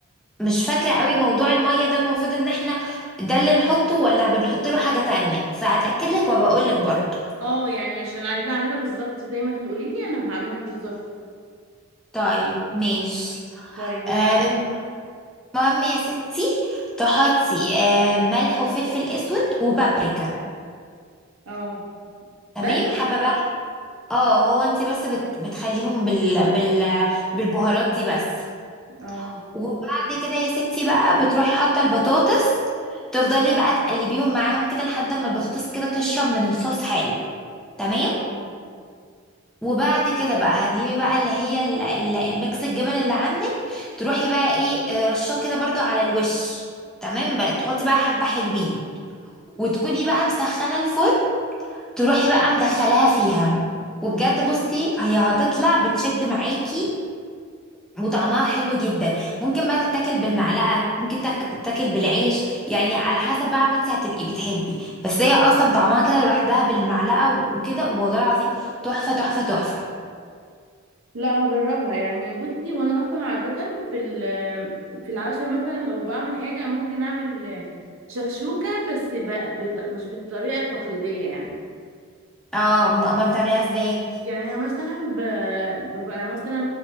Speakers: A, in the centre; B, on the right (about 65°).
A: مش فاكرة قوي موضوع المية ده المفروض ان احنا ده اللي نحطه ولا بنحط له حاجة تانية فهتأكد لك وبقول لك برضه
B: اه يعني عشان عايزه اعملها بالظبط زي ما هتقولي لي انا هعملها بالظبط
A: طيب ماشي
B: طيب وبعدين
A: آه، المهم يا ستي تحطي آه، ملح وفلفل اسود وبابريكا
B: اه
A: تمام
B: بس
A: حابة بقى اه هو انت بس بت بتخليهم بال بال بالبهارات دي بس
B: اه
A: وبعد كده يا ستي بقى بتروحي حاطة البطاطس تفضلي بقى تقلبيهم معاهم كده لحد ما البطاطس كده تشرب من الصوص حلو تمام
B: اه
A: وبعد كده بقى هتجيبي بقى اللي هي ال- ال- الميكس الجبن اللي عندك تروحي بقى ايه آه، رشاه كده برضو على الوش تمام بقى تحطي بقى حبة حلوين وتكوني بقى مسخنة الفرن تروحي بقى مدخلاها فيها وبجد بصي هي هتطلع بتشد معاكي وطعمها حلو جدا ممكن بقى تتاكل بالمعلقة ممكن تاك- تتاكل بالعيش يعني على حسب بقى ما انت هتبقي بتحبي بس هي اصلا طعمها كده لوحدها بالمعلقة وكده والله العظيم تحفة تحفة تحفة
B: لا هجربها يعني بصي وانا اصلا عادة في ال- في العشاء مثلا لو بعمل حاجة ممكن اعمل شكشوكة بس ب... بط... مش بالطريقة التقليدية يعني
A: اه م- امال بتعمليها ازاي
B: يعني انا مثلا ب... ببقى مثلا